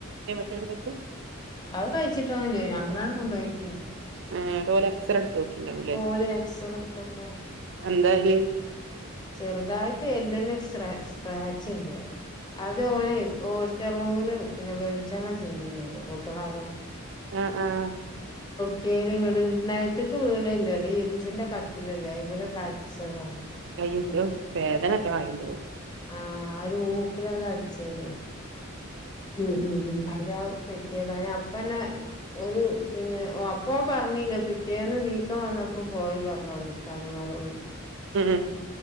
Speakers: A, on the right (about 60°); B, on the left (about 20°).
A: എട്തെക്ക്
B: അത് കയ്ച്ചിട്ടൊന്നുല്ലേനി അങ്ങനാണ് കുണ്ടോയെക്കേനി
A: ഏഹ് ട്ടോലെക്സറെ ട്ത്താേക്കീണ്ടാവുംലേ
B: ഓല് എക്സറേ എടുത്തപ്പോ
A: എന്താല്
B: ചെർതായ്ട്ട് എല്ല്ന് സ്റേ സ്ക്രാച്ച്ണ്ട് അ അത് ഓനെ ഹോസ്റ്റേ റൂമില് പിന്നെ വെളിച്ചെണ്ണ ചിന്തിനിലോ കൂട്ടികള് ആരോ-
A: ആഹ് ആഹ്
B: ഈമ് <unintelligible> വ്ടെ നെലത്തേക്ക് വീണില്ല ഇല്ലേ ഇരുമ്പിന്റെ കട്ടിലല്ലേ അതിമേലേടിച്ചതാണ്
A: അയ്യോ <unintelligible> വേദനനോക്കെ ആയിണ്ടാകും
B: ആഹ ആ ഒരു ഊക്കിലല്ലേ അടിച്ചേനെ ഉം ഉം അതാ <unintelligible> പിറ്റേന്നാ അപ്പന്നെ ഒരു പിന്നെ ഓ അപ്പ പറഞ്ഞില്ല പിറ്റേന്ന് വീക്കം വന്ന- അപ്പൊ പോയി പറഞ്ഞതാ ഉസ്താദ്മാരോട്
A: ഉം <unintelligible>